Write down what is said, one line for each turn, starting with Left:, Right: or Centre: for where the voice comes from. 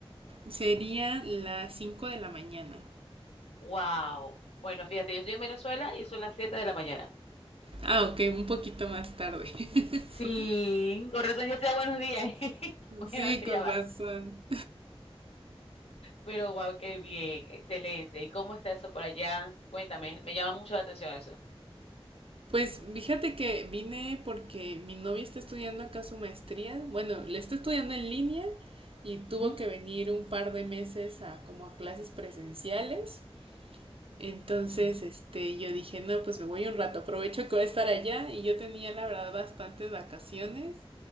Right: Sería las 5 de la mañana.
Left: ¡Wow! Bueno, fíjate, yo estoy en Venezuela y son las 7 de la mañana.
Right: Ah, ok, un poquito más tarde.
Left: Sí,
Right: <laughs>
Left: con razón ya sea buenos días. <laughs>
Right: Sí,
Left: Bueno,
Right: con
Left: ya va.
Right: razón.
Left: Pero wow, qué bien, excelente. ¿Y cómo está eso por allá? Cuéntame, me llama mucho la atención eso.
Right: Pues fíjate que vine porque mi novia está estudiando acá su maestría. Bueno, le está estudiando en línea y tuvo
Left: Ujú,
Right: que venir un par de meses a como a clases presenciales. Entonces,
Left: ujú,
Right: este, yo dije, no, pues me voy un rato, aprovecho que voy a estar allá y yo tenía la verdad bastantes vacaciones,